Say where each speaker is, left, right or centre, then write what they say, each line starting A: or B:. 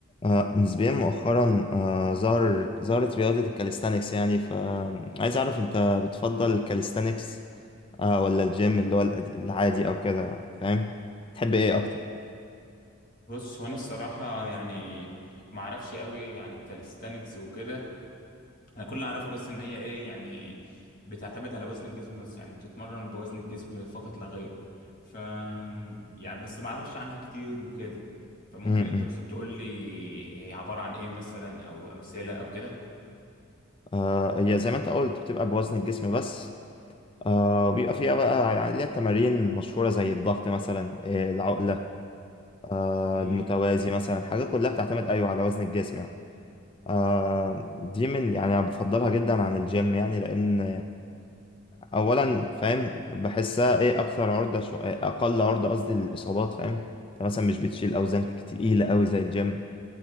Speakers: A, on the left; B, on the left.
A: آه، نسبيا مؤخرا آه، ظهر ظهرت رياضة الكاليستانكس يعني فعايز أعرف أنت بتفضل الكاليستانكس آه، ولا الجيم اللي هو الأد- العادي أو كده فاهم تحب إيه أكتر؟
B: بص هو انا الصراحه يعني ما اعرفش قوي عن الكاليستانكس وكده انا كل اللي اعرفه بس ان هي ايه يعني بتعتمد على وزن الجسم بس يعني بتتمرن بوزن الجسم فقط لا غير ف يعني بس ما اعرفش عنها كتير وكده فممكن
A: م-م.
B: انت مثلا تقول لي هي عباره عن ايه مثلا او امثله او كده
A: آه، هي زي ما أنت قلت بتبقى بوزن الجسم بس آه، وبيبقى فيها بقى يعني ليها تمارين مشهورة زي الضغط مثلا آه، العقلة آه،
B: امم
A: المتوازي مثلا حاجات كلها بتعتمد أيوه على وزن الجسم يعني آه، دي من يعني أنا بفضلها جدا عن الجيم يعني لأن اولا فاهم بحسها ايه اكثر عرضه شو... إيه اقل عرضه قصدي للاصابات فاهم انت مثلا مش بتشيل اوزان كت- تقيله قوي زي الجيم